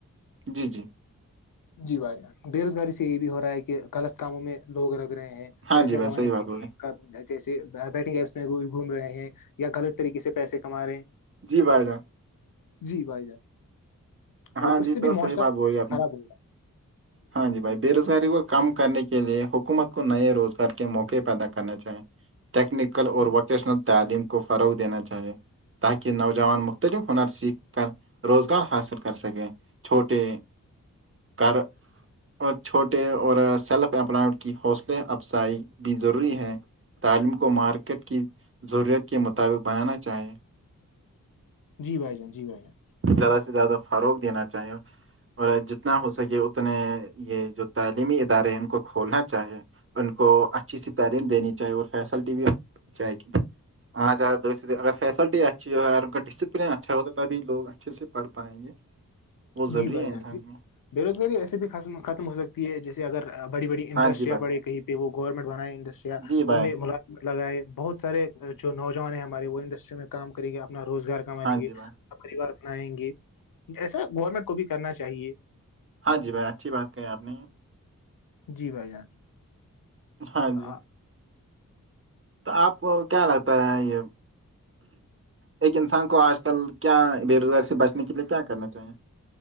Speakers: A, on the right (about 40°); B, on the left (about 80°).
A: جی جی
B: جی بھائی جان بے روزگاری سے یہ بھی ہو رہا ہے کہ غلط کاموں میں لوگ رگ رہے ہیں
A: ہاں
B: پیسے
A: جی بھائی
B: کمانے
A: صحیح
B: کے
A: بات بولی
B: جیسے بیٹنگ ایپس میں گھوم رہے ہیں یا غلط طریقے سے پیسے کما رہے ہیں
A: جی بھائی جان
B: جی بھائی جان
A: ہاں
B: اور اس
A: جی
B: سے بھی
A: تو صحیح
B: موشرم
A: بات بولی آپ
B: خراب
A: نے
B: ہوگا
A: ہاں جی بھائی بے روزگاری کو کم کرنے کے لیے حکومت کو نئے روزگار کے موقع پیدا کرنے چاہیں ٹیکنیکل
B: جان
A: اور ووکیشنل تعلیم کو فروغ دینا چاہیے تاکہ نوجوان مختلف ہنر سیکھ کر روزگار حاصل کر سکے چھوٹے کر اور چھوٹے اور سیلف امپلڈ کی حوصلے افزائی بھی ضروری ہے تعلیم کو مارکیٹ کی ضرورت کے مطابق بنانا چاہیں
B: جی بھائی جان جی بھائی جان
A: زیادہ سے زیادہ فروغ دینا چاہیے اور جتنا ہو سکے اتنے یہ جو تعلیمی ادارے ہیں ان کو کھولنا چاہیے ان کو اچھی سی تعلیم دینی چاہے وہ فیسلٹی بھی چاہے کیونکہ ہاں ا اگر فیسلٹی اچھی ہو ان کا ڈسپلن اچھا ہوتا تبھی لوگ اچھے سے پڑھ پائیں گے وہ ضروری
B: جی بھائی
A: ہے انسان
B: جان جی
A: کے لیے
B: بے روزگاری ایسے بھی ختم ہو سکتی ہے جیسے اگر بڑی بڑی انڈسٹریاں
A: ہاں جی بھائی
B: پڑیں کہیں پہ وہ گورنمنٹ بنائے انڈسٹریا
A: جی
B: ان
A: بھائی
B: میں ملاق لگائے بہت سارے جو نوجوان ہیں ہمارے وہ انڈسٹری میں کام کریں گے اپنا روزگار کما
A: ہاں
B: لیں گے
A: جی بھائی
B: پوار اپنائیں گے ایسا گورنمنٹ کو بھی کرنا چاہیے
A: ہاں جی بھائی اچھی بات کہ ہے آپ نے
B: جی بھائی جان
A: ہاں
B: آ-
A: جی تو آپ کو کیا لگتا ہے یہ ایک انسان کو آج کل کیا بے روزگاری سے بچنے کے لیے کیا کرنا چاہیے